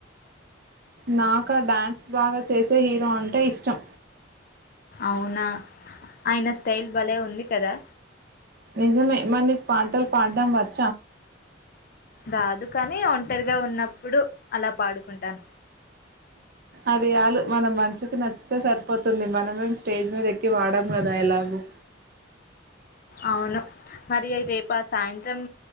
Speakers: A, on the right; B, on the left.
A: నాకా డ్యాన్స్ బాగా చేసే హీరో అంటే ఇష్టం
B: అవునా ఆయన స్టైల్ భలే ఉంది కదా
A: నిజమే మరి నీకు పంటలు పాండడం వచ్ <inaudible>
B: రాదు కాని ఉ ఒంటరిగా ఉన్నప్పుడు అలా పాడుకుంటాను
A: అది చాలు మన మనసుకి నచ్చితే సరిపోతుంది మనమేం స్టేజ్ మీద ఎక్కి పాడాం కదా ఎలాగో
B: అవును మరి రేపు ఆ సాయంత్రం